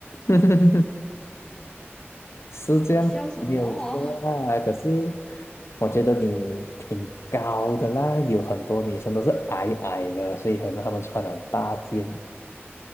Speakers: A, on the left; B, on the left.
A: <laughs> 是这样，
B: 你笑什么哦？
A: 没有错啦。
B: <laughs>
A: 可是我觉得你挺高的啦，有很多女生都是矮矮的，所以可能她们穿了很大件。